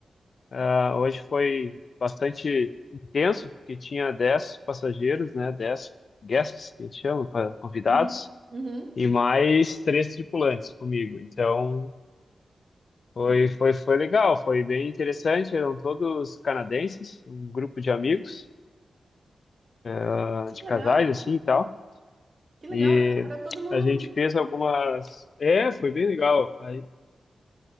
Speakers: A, on the left (about 60°); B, on the right (about 45°).
A: Ah, hoje foi bastante intenso, porque tinha 10 passageiros, né? dez guests, que a gente chama, pa- convidados,
B: Uhum. Uhum.
A: e mais três tripulantes comigo. Então, foi,
B: Ah, então,
A: foi, foi legal, foi bem interessante. Eram todos canadenses, um grupo de amigos. ah,
B: Que
A: de casais,
B: legal,
A: assim e tal.
B: que legal.
A: E
B: Então era todo mundo,
A: a gente fez algumas. É, foi bem legal. Aí,